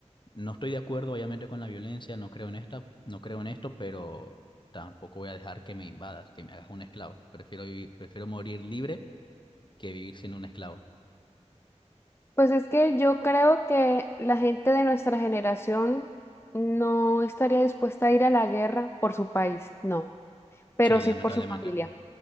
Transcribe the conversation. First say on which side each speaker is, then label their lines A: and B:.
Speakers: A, on the left; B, on the left.
A: no estoy de acuerdo, obviamente, con la violencia, no creo en esta, no creo en esto, pero tampoco voy a dejar que me invadas, que me hagas un esclavo. Prefiero vivir, prefiero morir libre que vivir siendo un esclavo.
B: Pues es que yo creo que la gente de nuestra generación no estaría dispuesta a ir a la guerra por su país, no, pero
A: Sí,
B: sí
A: lamentablemente.
B: por su familia.